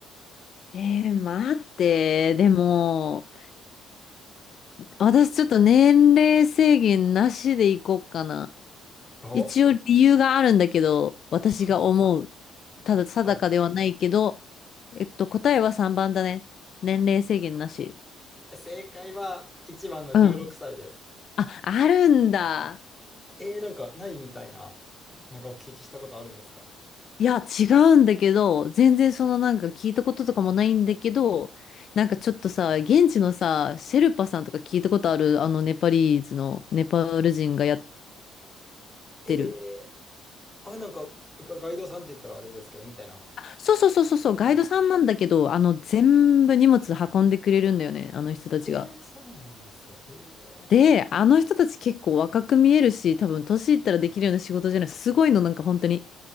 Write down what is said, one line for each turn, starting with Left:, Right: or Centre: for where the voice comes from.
Left: えー、待って。でも、私ちょっと年齢制限なしでいこうかな。
Centre: お、
Left: 一応理由があるんだけど、私が思う。
Centre: はい、
Left: ただ定かではないけど、
Centre: はい。
Left: えっと、答えは3番だね。年齢制限なし。
Centre: 正解は1番の16歳です。
Left: うん。あ、あるんだ。
Centre: えー、なんかないみたいな、なんかお聞きしたことあるんですか
Left: いや、違うんだけど、全然そのなんか聞いたこととかもないんだけど、なんかちょっとさ、現地のさ、シェルパさんとか聞いたことある、あのネパリーズのネパール人がやっ
Centre: え
Left: てる。
Centre: ー、あれなんかガガイドさんって言ったらあれですけど、みたいな。
Left: そうそうそうそうそう、ガイドさんなんだけど、
Centre: はい。
Left: あの全部荷物運んでくれるんだよね、あの人たちが。
Centre: えー、そうなんですね。えー、
Left: で、あの人たち結構若く見えるし、多分年いったらできるような仕事じゃない。すごいの、なんか本当に。